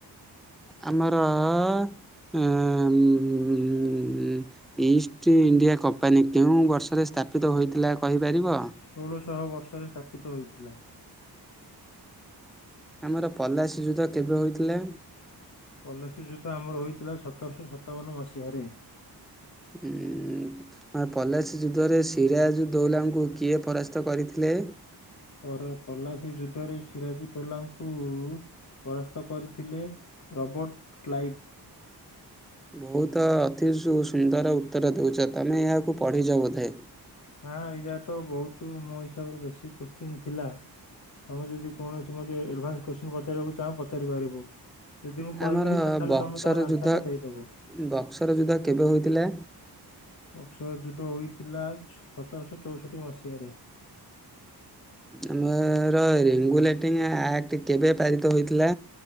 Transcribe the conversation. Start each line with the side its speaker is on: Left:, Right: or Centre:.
Centre: ଆମର ଅଁ, ଉଁ, ହୁଁ, ଏତ୍ ଇଷ୍ଟ୍ ଇଣ୍ଡିଆ କମ୍ପାନୀ କେଉଁ ବର୍ଷରେ ସ୍ଥାପିତ ହୋଇଥିଲା କହିପାରିବ?
Left: ଷୋଳଶହ ବର୍ଷରେ ସ୍ଥାପିତ ହୋଇଥିଲା।
Centre: ଆମର ପଲାସି ଯୁଦ୍ଧ କେବେ ହୋଇଥିଲା?
Left: ପଲାସି ଯୁଦ୍ଧ ଆମର ହୋଇଥିଲା ସତରଶହ ସତାବନ ମସିହାରେ।
Centre: ଉଁ, ମା ପଲାସି ଯୁଦ୍ଧରେ ସିରାଜ୍ ଉଦ୍ ଦୌଲାଲାଙ୍କୁ କିଏ ପରାସ୍ତ କରିଥିଲେ?
Left: ପରେ ପଲା ସେ ଯୁଦ୍ଧରେ ସିରାଜ୍ ଉଦ୍ ଦୌଲା ଙ୍କୁ ପରାସ୍ତ କରିଥିଲେ ରବର୍ଟ କ୍ଲାଇଭ।
Centre: ବହୁତ ଅତି ସୁ ସୁନ୍ଦର ଉତ୍ତର ଦେଉଛ ତମେ ଏହାକୁ ପଢ଼ିଛ ବୋଧେ?
Left: ନା ଏଇଯା ତ ବହୁତ ମୋ ହିସାବରେ ବେଶିକ୍ କୋଶ୍ଚିନ୍ ଥିଲା। ତମେ ଯଦି କୌଣସି ଏଡଭାନ୍ସ କୋଶ୍ଚିନ୍ ପଚାରିବାକୁ ଚାହୁଁ ପଚାରି ପାରିବ। ଯଦି ମୁଁ କହିବିନି
Centre: ଆମର
Left: ତାହେଲେ
Centre: ବକ୍ସର
Left: ତମେ ତାର ଆନ୍ସର
Centre: ଯୁଦ୍ଧ
Left: ଟା ଦେଇଦବ।
Centre: ବକ୍ସର ଯୁଦ୍ଧ କେବେ ହୋଇଥିଲା?
Left: ବକ୍ସର ଯୁଦ୍ଧ ହୋଇଥିଲା ସତରଶହ ଚଉଷଠି ମସିହାରେ।
Centre: ଆମର ରେଙ୍ଗୁଲେଟିଂ ଆକ୍ଟ କେବେ ପାରିତ ହୋଇ?